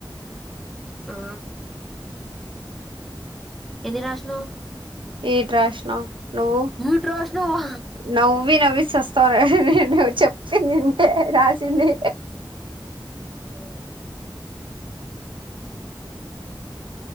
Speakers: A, in the centre; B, on the right (about 80°).
A: ఆ ఎన్ని రాశినవ్
B: ఎయిట్ రాశిన నువ్వు
A: ఏట్ రాసినవా
B: నవ్వి నవ్వి సస్తారే నువ్ చెప్పిందింటే రాసింది